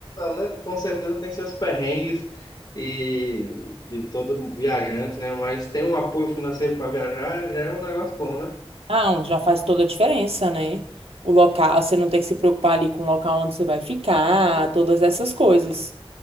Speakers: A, on the left; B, on the right.
A: né? Com certeza tem seus perrengues e de todo viajante, né? Mas ter um apoio financeiro para viajar já é um negócio bom, né?
B: Não, já faz toda a diferença, né? O local, você não tem que se preocupar ali com o local onde você vai ficar, todas essas coisas.